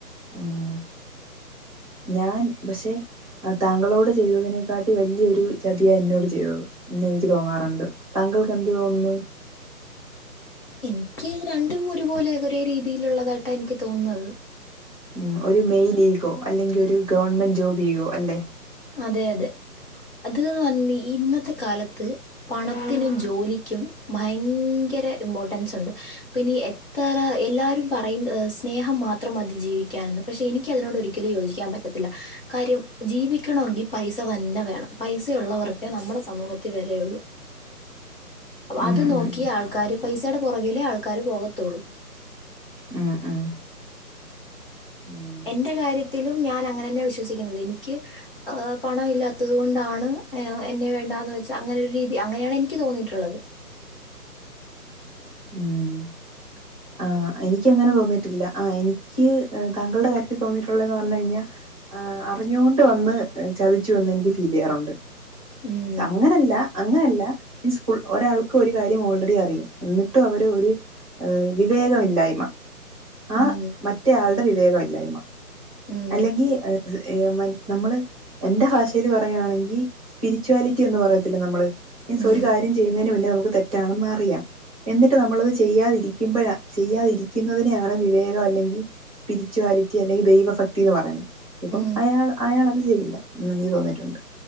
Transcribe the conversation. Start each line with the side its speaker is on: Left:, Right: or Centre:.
Right: ഉം ഞാൻ പക്ഷെ താങ്കളോട് ചെയ്തതിനെക്കാട്ടി വലിയൊരു ചതിയാ എന്നോട് ചെയ്തത് എന്ന് എനിക്ക് തോന്നാറുണ്ട് താങ്കൾക്ക് എന്ത് തോന്നുന്നു
Left: എനിക്ക് രണ്ടും ഒരുപോലെ ഒരേ രീതിയിലുള്ളതായിട്ടാ എനിക്ക് തോന്നുന്നത്
Right: ഉം ഒരു മെയിൽ ഈഗോ അല്ലെങ്കിൽ ഒരു ഗവൺമെന്റ് ജോബ് ഈഗോ അല്ലെ
Left: അതെ അതെ അത്ന്ന് പറഞ് ഇന്നത്തെ കാലത്ത് പണത്തിനും ജോലിക്കും ഭയങ്കര ഇമ്പോർട്ടൻസ് ഉണ്ട് ഇപ്പനി എ ത്ര എല്ലാരും പ അയ്ൻ സ്നേഹം മാത്രം മതി ജീവിക്കാൻന്ന് പക്ഷെ എനിക്കതിനോട് ഒരിക്കലും യോജിക്കാം പറ്റത്തില്ലാ കാര്യം ജീവി ക്കണോങ്കി പൈസ തന്നെ വേണം പൈസയുള്ളവർക്കേ നമ്മടെ സമൂഹത്തി വെലയാെള്ളൂ
Right: ഉം
Left: അത്
Right: ഉം
Left: നോക്കി ആൾക്കാര് പൈസേടെ പാെറകിലേ ആൾക്കാര് പോകത്തൊള്ളു
Right: ഉം ഉം ഉം
Left: എന്റെ കാര്യത്തിലും ഞാൻ അങ്ങനന്നെ വിശ്വസിക്ക്ന്നത് എനിയ്ക്ക് ഏഹ് പണമില്ലാത്തത് കൊണ്ടാണ് എന്നെ വേണ്ടാന്ന് വെച്ച അങ്ങനെ ഒരു രീതി അങ്ങനെയാണ് എനിക്ക് തോന്നിയിട്ട്ള്ളത്
Right: ഊം ആഹ് എനിക്ക് അങ്ങനെ തോന്നിയിട്ടില്ലാ ആഹ് എനിക്ക് താങ്കൾടെ കാര്യത്തിൽ തോന്നിയിട്ടുള്ളേന്ന് പർഞ്ഞ് കയ്ഞ്ഞാ ആഹ് അറിഞ്ഞു കൊണ്ട് വന്ന് ചതിച്ചു എന്ന് എനിക്ക് ഫീല്യ്യാറുണ്ട്
Left: ഉം.
Right: അങ്ങനെല്ലാ അങ്ങനെല്ലാ മീൻസ് ഫുൾ ഒരാൾക്ക് ഒരു കാര്യം ഓൾറെഡി അറിയാം എന്നിട്ടും അവര് ഒര് ഏഹ് വിവേകമില്ലായ്മ ആ
Left: ഉം.
Right: മറ്റേ ആൾടെ വിവേകമില്ലായ്മ
Left: ഉം.
Right: അല്ലെങ്കി <unintelligible> ഏഹ് മ നമ്മള് എന്റെ ഭാഷേല് പറയുവാണെങ്കി സ്പിരിച്ച്വാലിറ്റി എന്ന് പറയത്തില്ലെ നമ്മള് മീൻസ്
Left: ഉം.
Right: ഒരു കാര്യം ചെയ്യ്ന്നേന് മുന്നേ നമുക്ക് തെറ്റാണെന്ന് അറിയാം എന്നിട്ട് നമ്മളത് ചെയ്യാതിരിക്ക്മ്പഴാ ചെയ്യാതിരിക്ക്ന്നതിനെയാണ് വിവേകം അല്ലെങ്കി സ്പിരിച്വാലിറ്റി അല്ലെങ്കി ദൈവ ഫക്തീന്ന് പറയ്ന്ന് ഇപ്പം
Left: ഉം.
Right: അയാൾ അയാളത് ചെയ്തില്ല ന്ന് ൻയ്ക്ക് തോന്നിയിട്ടുണ്ട്